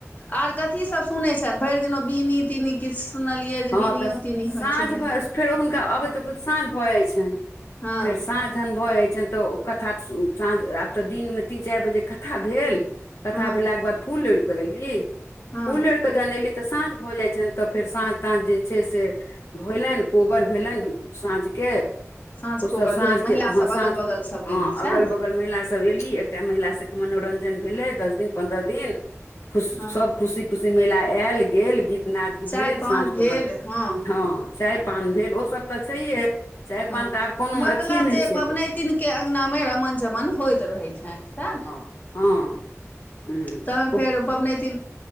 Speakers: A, on the left (about 35°); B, on the left (about 60°).
A: आर कथी सभ सुनैत छथि भरि दिन ओ बिननी तीनी किछु सुनलियै जे
B: हँ
A: बिनियो
B: तऽ
A: तीनी
B: साँझ
A: होइत छै
B: भ फेर हुनका अबैत अबैत साँझ भऽ जाय छनि
A: हँ
B: फेर साँझ जहन भऽ जाय छनि त कथा साँझ आब तऽ दिनमे तीन चारि बजे कथा भेल कथा
A: हँ
B: भेलाके बाद फूलोड़ के एऐली
A: हँ
B: फूल ओड़ के जहन एली तऽ साँझ भऽ जाय छ तब फेर साँझ तऽ जे छै से भेलनि कोबर भेलनि साँझके
A: साँझ
B: ओ सभ
A: कोबर
B: साँझ
A: भेल महिलासभ
B: के हँ साँझ
A: अगल बगल सभ गेली
B: हँ
A: सएह
B: अगल
A: ने
B: बगल महिला सभ एली एकटा महिला सभके मनोरंजन भेलै दस दिन पन्द्रह दिन खुश
A: हँ
B: सभ खुशी खुशी मेला आयल गेल गीत नाद
A: चाय
B: भेल
A: पान
B: साँझ
A: भेल हँ
B: ह, चाय पान भेल ओ सभ तऽ छैहे चाय
A: ह,
B: पान तऽ आब कोनो
A: मतलब
B: अथिए नहि
A: जे
B: छै
A: पबनैतिनके अगनामे रमन चमन होइत रहैत छ सएह ने
B: ह, ह।
A: तहन फेर पबनैतिन